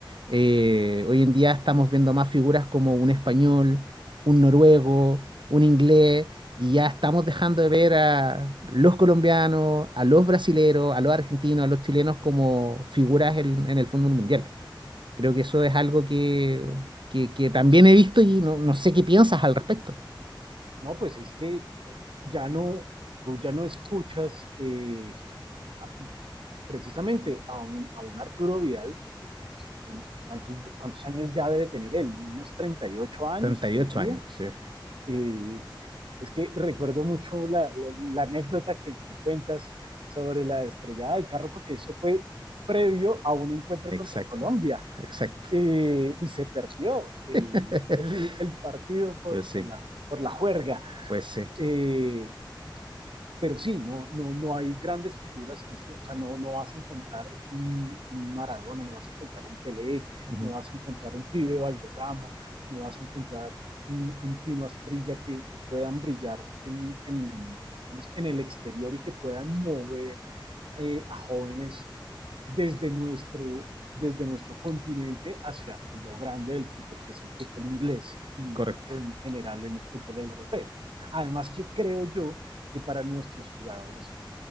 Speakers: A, on the right (about 70°); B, on the right (about 85°).
A: eh, hoy en día estamos viendo más figuras como un español, un noruego, un inglés, y ya estamos dejando de ver a los colombianos, a los brasileros, a los argentinos, a los chilenos como figuras en, en el fútbol mundial. Creo que eso es algo que, que, que también
B: Sí.
A: he visto y no, no sé qué piensas al respecto.
B: No, pues es que eh, ya no, tú ya no escuchas eh, a- precisamente a un, a un Arturo Vidal, pues, el- ¿cuántos, cuántos años ya debe tener él? Unos 38 años,
A: Treinta
B: creería.
A: y ocho años, sí,
B: Eh, es que recuerdo mucho la, la- la anécdota que, que cuentas sobre la estrellada del carro, porque eso fue previo a un encuentro
A: exacto,
B: contra Colombia
A: exacto.
B: eh, y se perdió el,
A: <laughs>
B: el- el partido por,
A: Pues
B: por
A: sí,
B: la, por la juerga.
A: pues sí,
B: Eh, pero sí, no, no, no hay grandes figuras en esto, o sea, no, no vas a encontrar un, un, Maradona, no vas a encontrar un Pelé,
A: ujú,
B: no vas a encontrar un Pibe Valderrama, no vas a encontrar un, un Tino Asprilla que, que puedan brillar en, en, digamos, en el exterior y que puedan mover eh, a jóvenes desde nuestro, desde nuestro continente hacia pues, lo grande del fútbol, que es el fútbol inglés y
A: correcto,
B: en general el fútbol europeo. Además que creo yo que para nuestros jugadores